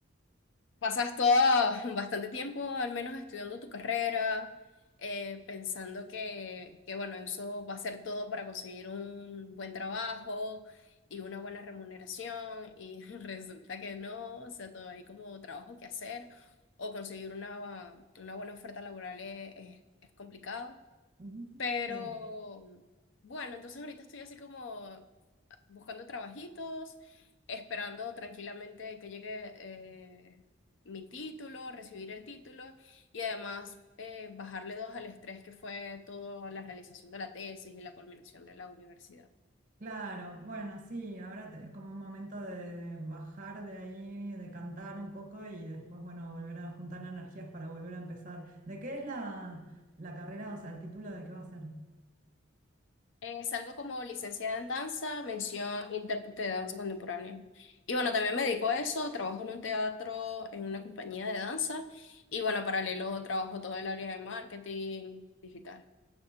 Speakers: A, on the left; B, on the right.
A: Pasas todo <laughs> bastante tiempo, al menos estudiando tu carrera, eh, pensando que, que, bueno, eso va a ser todo para conseguir un buen trabajo y una buena remuneración, y <laughs> resulta que no, o sea, todo hay como trabajo que hacer, o conseguir una, una buena oferta laboral es, es es complicado,
B: Ujú.
A: pero
B: Sí.
A: bueno, entonces ahorita estoy así como buscando trabajitos, esperando tranquilamente que llegue eh, mi título, recibir el título y además eh, bajarle dos al estrés que fue toda la realización de la tesis y la culminación de la universidad.
B: Claro, bueno, sí, ahora te- es como un momento de, de bajar de ahí, de cantar un poco y después, bueno, volver a juntar energías para volver a empezar. ¿De qué es la, la carrera, o sea, el título de qué va a ser?
A: Eh, salgo como licenciada en danza, mención intérprete de danza contemporánea. Y bueno, también me dedico a eso, trabajo en un teatro, en una compañía de danza y bueno, paralelo trabajo todo el área de marketing digital.